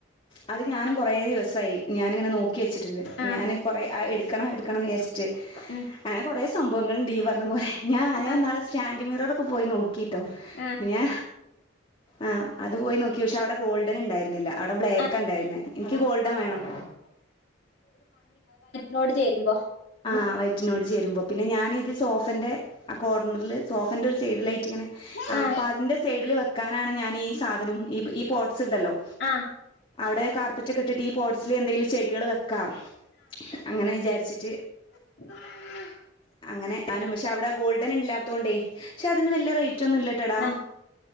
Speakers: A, on the left; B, on the left.
A: അത് ഞാനും കുറേ ദിവസമായി ഞാനിങ്ങനെ നോക്കി വച്ചിട്ടുണ്ട്
B: ആ
A: ഞാാന് കുറെേ എടുക്കണം എടുക്കണംന്ന് വിച ട്ട്
B: ഉം,
A: അങ്ങനെ കുറേ സംഭവങ്ങൾ ഉണ്ട് ഈ പറഞ്ഞ പോലെ ഞ ഞാൻ
B: ആ
A: നാളെ സ്റ്റാൻഡി മിററ ഒക്കെ പോയി നോക്കി ക്കിട്ടോ
B: ആ
A: ന്ന ആ അത് പോയി നോക്കി പക്ഷെ അവിടെ ഗോൾഡൻ ഉണ്ടായിരുന്നില്ല അവിടെ ബ്ലാക്ക്
B: ആ,
A: ഉണ്ടായിരുന്ന എനിക്ക് ഗോൾഡൻ വേണം
B: നോട് ചേരുമ്പോ
A: ആഹ് വൈറ്റിനോട് ചേരുമ്പോ പിന്നെ ഞാനിത് സോഫന്റെ കോർണറൽ സോഫന്റെ സൈഡിലായിട്ട് ഇങ്ങനെ അ
B: ആ
A: അപ്പ അതിന്റെ സൈഡിൽ വെക്കാനാണ് ഞൻ ഈ സാധനം ഈ പോട്സ് ണ്ടല്ലോ
B: ആ
A: അവിടെ കാർപ്പറ്റ ഒക്കെ ഇട്ടിട്ട് ഈ പോട്സില് എന്തെങ്കിലും ചെടികൾ വെക്കാം അങ്ങനെ വിചാരിച്ചിട്ട്
B: ആഹ
A: അങ്ങനെ ഞാനും പക്ഷെ അവിടെ ഗോൾഡൻ ഇല്ലാത്തോണ്ടേ പക്ഷെ അതിന് വലിയ റേറ്റ് ഒന്നുംല്ലട്ടെടാ
B: ആ